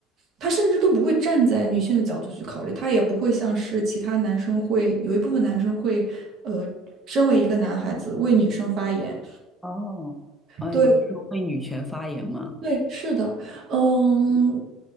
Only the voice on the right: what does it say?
他甚至都不会站在女性的角度去考虑，他也不会像是其他男生会，有一部分男生会，呃，身为一个男孩子为女生发言。
对，
对，是的，嗯，